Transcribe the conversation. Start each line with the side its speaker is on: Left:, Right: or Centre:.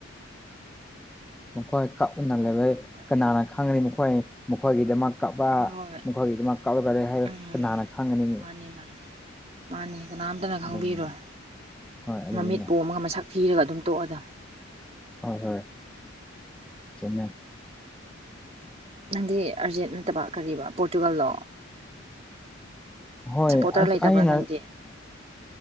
Centre: ꯃꯈꯣꯏ ꯀꯞꯅ ꯂꯩꯕꯩ
Right: ꯀꯔꯤ
Centre: ꯀꯅꯥꯅ ꯈꯪ ꯈꯪꯒꯅꯤ ꯃꯈꯣꯏ ꯃꯈꯣꯏꯒꯤꯗꯃꯛ ꯀꯞꯄ
Right: ꯍꯣꯏ
Centre: ꯃꯈꯣꯏꯒꯤꯗꯃꯛ ꯀꯞꯂꯒꯔꯦ ꯍꯥꯏꯕ
Right: ꯎꯝ
Centre: ꯅ ꯍꯥꯟꯅ ꯈꯪꯒꯅꯤ
Right: ꯃꯥꯅꯤ ꯃꯥꯅꯤ ꯃꯥꯅꯤ ꯀꯅꯥꯝꯇꯅ
Centre: ꯑꯗꯨꯅꯦ
Right: ꯈꯪꯕꯤꯔꯣꯏ
Centre: ꯍꯣꯏ ꯑꯗꯨꯒꯤꯅꯦ
Right: ꯃꯃꯤꯠ ꯄꯣꯝꯃꯒ ꯃꯁꯛ ꯊꯤꯔꯒ ꯑꯗꯨꯝ ꯇꯣꯛꯑꯗ
Centre: ꯍꯣꯏ ꯍꯣꯏ ꯆꯨꯝꯃꯦ
Right: ꯅꯪꯗꯤ ꯑꯥꯔꯖꯦꯟ ꯅꯠꯇꯕ ꯀꯔꯤꯕ ꯄꯣꯔꯇꯨꯒꯥꯜꯗꯣ
Centre: ꯍꯣꯏ
Right: ꯁꯞꯄꯣꯔꯇꯔ
Centre: ꯑꯁ
Right: ꯂꯩꯇꯕ꯭ꯔꯥ
Centre: ꯑꯩꯅ
Right: ꯅꯪꯗꯤ